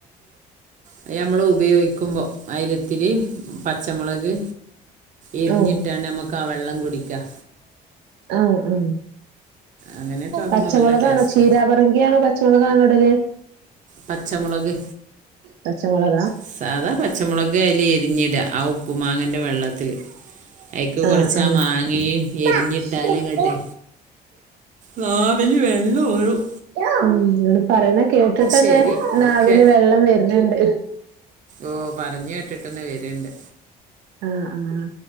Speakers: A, on the right; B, on the right.
A: അത് ഞമ്മള് ഉപയോഗിക്കുമ്പോ അയ്ലിത്തിരി പച്ചമുളക് എരിഞ്ഞിട്ടാണ്ട്
B: ആഹ്
A: അമക്കാവെള്ളം കുടിക്കാം
B: ആഹ് ആഹ്
A: അങ്ങനെയൊക്കെ ആക്കുമ്പോ
B: പച്ചമൊളകാണോ
A: നല്ല ടേസ്റ്റാ
B: ചീരാ പർ പർങ്കിയാണോ പച്ചമൊളകാണൊ ഇടല്
A: പച്ചമുളക്
B: പച്ചമൊളകാ
A: സാധാ പച്ചമുളക് അയില് എരിഞ്ഞിടുകാ ആഹ് ഉപ്പു മാങ്ങേന്റെ വെള്ളത്തില് അയിക്ക് കൊർച്ചാമാങ്ങേം
B: ആഹ്
A: എരിഞ്ഞിട്ടാല്
B: ആഹ്
A: ഇങ്ങട്ട് നാവില് വെള്ളൂറും
B: ഉം ഇങ്ങള് പറിണത് കേട്ടിട്ടെന്നെ
A: ശരി
B: നാവില്
A: ഓക്കെ
B: വെള്ളം വെര്ണ് ണ്ട്
A: ഓഹ് പറഞ്ഞ് കേട്ട്ട്ടെന്നെ വെര്ണ്ട്
B: ആഹ് ആഹ്